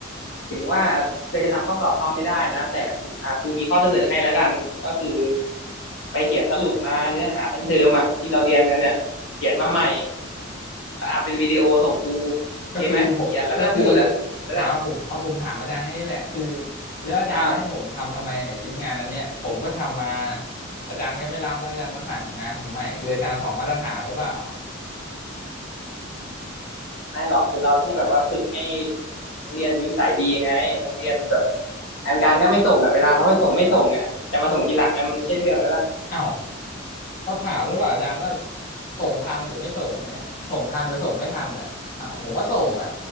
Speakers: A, on the left; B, on the left.
A: ถึงว่าเธอจะทำข้อสอบซ่อมไม่ได้นะแต่ครูอ่าครูมีข้อเสนอให้แล้วกันก็คือไปเขียนสรุปมาเนื้อหาทั้งเทอมอ่ะที่เราเรียนกันเนี่ยเขียนมาใหม่แล้วอัดเป็นวิดีโอส่งครูโอเคไหมเขียนแล้วก็พูดอ่ะแล้วก็
B: ก็คือผมก็คืออ่าเอาผมเอาผมถามอาจารย์แค่นี้แหละคือแล้วอาจารย์จะให้ผมทำทำไมเนี่ยชิ้นงานนั้นเนี่ยผมก็ทำมา
A: อ่า
B: อาจารย์ก็ไม่รับแล้วอาจารย์มาสั่งงานผมใหม่คืออาจารย์สองมาตรฐานหรือเปล่า
A: ไม่หรอกคือเราต้องแบบว่าฝึกให้นักเรียนมีนิสัยดีไงนักเรียนแบบงานการก็ไม่ส่งอ่ะเวลาเขาไม่ส่งไม่ส่งอ่ะจะมาส่งทีหลังอ่ะมันไม่ใช่เรื่องไปแล้ว
B: เอ้า เขาถามหรือเปล่าอาจารย์ว่าส่งทันหรือไม่ส่งเนี่ยส่งทันหรือส่งไม่ทันอ่ะอ้าวผมก็ส่งอ่ะ